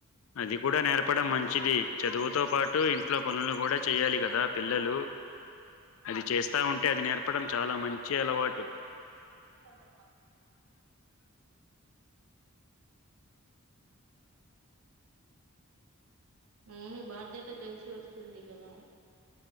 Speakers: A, on the left; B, on the right.
A: అది కూడా నేర్పడం మంచిది చదువుతో పాటు ఇంట్లో పనులు కూడా చెయాలి కదా పిల్లలు అది చేస్తా ఉంటే అది నేర్పడం చాలా మంచి అలవాటు
B: పనికి వెళ్దాం పా ఉ బాధ్యత్ త తెలిసి వస్తుంది కదా